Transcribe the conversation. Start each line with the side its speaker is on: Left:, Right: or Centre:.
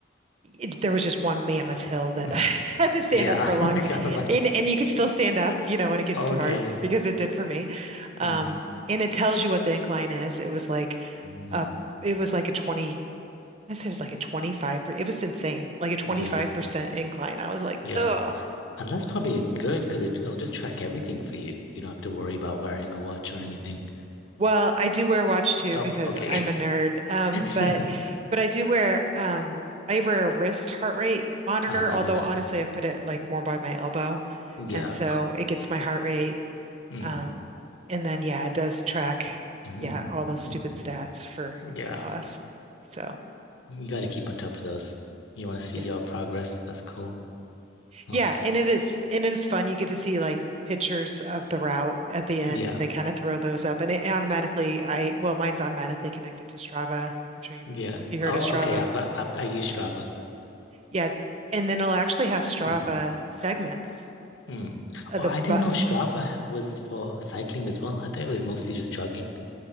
Right: it- there was just one mammoth hill that
Left: mm.
Right: <laughs> I had to stand
Left: Yeah.
Right: up for a
Left: <laughs>
Right: long
Left: I
Right: time.
Left: can't imagine.
Right: And, and you could still stand up, you know, when it gets
Left: Okay.
Right: too hard
Left: Yeah.
Right: because it did for me. Um,
Left: Mm,
Right: and it tells you what the incline is. It was like
Left: mm.
Right: a, it was like a 20, I said it was like a 25, per- it was insane, like a 25%
Left: Yeah.
Right: incline. I was like,
Left: Yeah.
Right: duh.
Left: And that's probably good because it, it'll just track everything for you. You don't have to worry about wearing a watch or anything.
Right: Well, I do wear a watch too
Left: Oh,
Right: because
Left: okay.
Right: I'm a nerd. Um,
Left: <laughs>
Right: but
Left: Yeah.
Right: but I do wear um I wear a wrist heart rate monitor,
Left: Ah, that
Right: although
Left: makes
Right: honestly
Left: sense.
Right: I put it like more by my elbow.
Left: Yeah.
Right: And so it gets my heart rate
Left: Mm.
Right: Um, and then yeah, it does track,
Left: Mm,
Right: yeah, all those
Left: hmm
Right: stupid stats for,
Left: Yeah,
Right: you know, us. So
Left: you got to keep on top of those. You want to see
Right: yeah.
Left: your progress. That's cool. Oh,
Right: Yeah, and it is and it is fun. You get to see like pictures of the route at the end.
Left: yeah,
Right: They kind of throw those up and it automatically I well, mine's automatically connected to Strava. I'm sure you
Left: yeah.
Right: have you heard
Left: Oh,
Right: of Strava?
Left: okay. I've got. I've, I use Strava.
Right: Yeah. And then it'll actually have Strava
Left: hmm
Right: segments
Left: Mm.
Right: of
Left: Oh,
Right: the
Left: I didn't
Right: but
Left: know Strava was for cycling as well. I thought it was mostly just jogging.